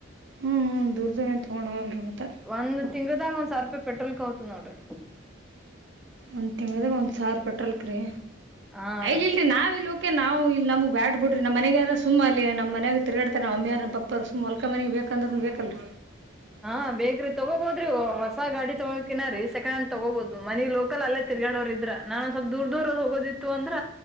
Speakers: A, on the right; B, in the centre.
A: ಹ್ಮ್ ದೂರ್ದ ಎಂತ ನೋಡುವವಲ್ರಿೀ ಮತ್ತ
B: ಒಂದ್ಂಗ್ ಗ ಒಂದ್ ಸಾವಿ ರೂಪಾಯಿ ಪೆಟ್ರೋಲ್ಕ್ ಹ್ತು ನೋಡ್ರಿ
A: ಒಂದ್ ತಿಂಗದಾಗ ಒಂದ್ ಸಾವಿ ರೂಪಿಟ್ರಲ್ಕ್ ಇಲ್
B: ಹಾ ರೀ
A: ಇಲ್ರರಿ ನಾವ್ ಇಲ್ ನಾವುಲ್ಲಿ ನಮಗ್ ಬ್ಯಾಡ್ ಬಿಡ್ರಿ ನ ಮನಗೆಾರ ಸು ಅ ನ ಮನ್ ಗ ತಿಗಾಡ್ತ ನಮ್ಮಿಯಾರನ್ನ ಪ ಪರ್ಸು ಮೊಲ್ಕ ಮನೆಗೆ ಬೇಕಂದ್ರೂನು ಬೇಕಲ್ರೀ
B: ಹಾ ಬೇ್ರಿ ತಗೋಬೋದ್ರಿ ಹೊಸ ಗಾಡಿ ತಗೋಕಿನ ರೀ ಸೆಕಂಡ್ ಹ್ಯಾಂಡ್ ತಗೋಬಹದು ಮನಿ ಲೋಕಲ್ ಅಲ್ಲೇ ತಿರ್ಗಡವ್ರ ಇದ್ರ ನಾನು ಸ್ವಲ್ಪ್ ದೂರ್ ದೂರದ ಹೋಗೋದಿತ್ತು ಅಂದ್ರ